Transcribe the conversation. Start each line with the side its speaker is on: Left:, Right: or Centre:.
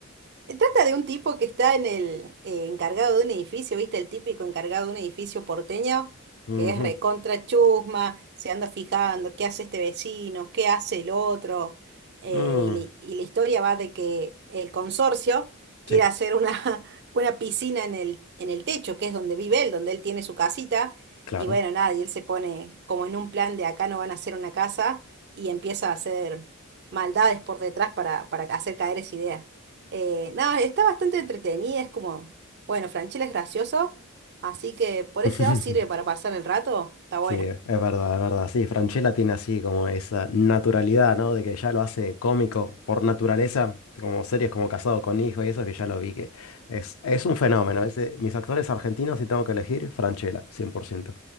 Right: Trata de un tipo que está en el eh, encargado de un edificio, ¿viste? El típico encargado de un edificio porteño,
Left: Ujú.
Right: que es recontra chusma, se anda fijando qué hace este vecino, qué hace el otro. eh,
Left: Mm,
Right: y, la y la historia va de que el consorcio quiere
Left: sí,
Right: hacer una, <laughs> una piscina en el, en el techo, que es donde vive él, donde él tiene su casita.
Left: claro.
Right: Y bueno, nada, y él se pone como en un plan de acá no van a hacer una casa y empieza a hacer maldades por detrás para, para hacer caer esa idea. Eh, no, está bastante entretenida, es como, bueno, Franchella es gracioso, así que por
Left: <laughs>
Right: ese lado sirve para pasar el rato, está
Left: Sí,
Right: buena.
Left: es verdad, es verdad. Sí, Francella tiene así como esa naturalidad, ¿no? De que ya lo hace cómico por naturaleza, como series como Casado con Hijo y eso que ya lo vi, que es, es un fenómeno. Es de mis actores argentinos, si tengo que elegir, Francella, 100%.